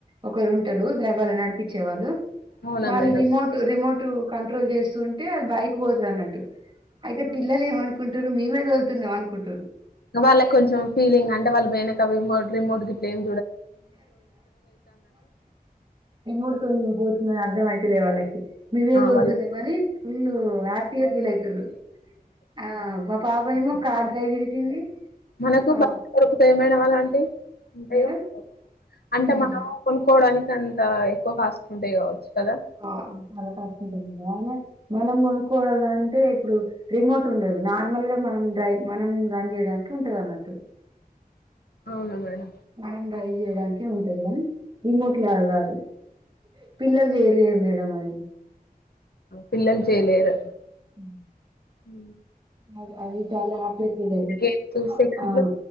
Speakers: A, on the right; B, on the left.
A: ఒకరు ఉంటారు ద వాళ్ళ నడిపించే వాళ్ళు
B: అవునా
A: వాళ్ళు
B: మేడం
A: రిమోట్ రిమోట్ ట్ కంట్రోల్ చేస్తుంటే బైక్ పోతది అన్నట్టు అయితే
B: అవునా.
A: పిల్లలు ఏనుకుం టరు మీమే తోల్తున్నాం అనుకుంటరు
B: ఇంగ వాళ్ళ కొంచెం ఫీలింగ్ అంటే వాళ్ళు పోయినంక రిమోట్ రిమోట్ గిట్ల ఎం
A: రిమోట్ తోని పో తుందని అర్ధమయితలే వాళ్ళకి మేమే తోలుతున్నామని
B: వాళ్ళు
A: ఫుల్ హ్యాపీగా ఫీల్ అయితుర్రు ఆ మా పాప మో కార్ డ్రైవ్ చేసింది
B: మనకు
A: ఆ
B: బాగా దొరుకుతాయి మేడం అలాన్ ఉంటాయో
A: మేడం
B: అంటే
A: ఏంటి
B: మనం
A: మేడం
B: కొనుక్కోవడాని అంత ఎక్కువ కాస్ట్ ఉంటయి కావచ్చు కదా
A: ఆ చాలా కాస్ట్ ఉంటది మేడం అయిన మనం కొనుక్కోవాల అంటే ఇప్పుడు రిమోట్ ఉండదు నార్మల్ గా మనం డ్రై్ మనం రన్ చేయడానికి ఉంటది అన్నట్టు
B: అవును మేడం
A: మనం డ్రైవ్ చేయడానికి ఉంటది కానీ రిమోట్ లాగా కాదు పిల్లలు చేయలేరు మేడం అది
B: పిల్లలు చేయలేరు
A: ఉ
B: ఊ
A: అది అది చాలా హ్యాపీ ఫీల్ అయిండ్రు
B: గేమ్స్
A: ఆ
B: సెకంట్లు
A: ఆ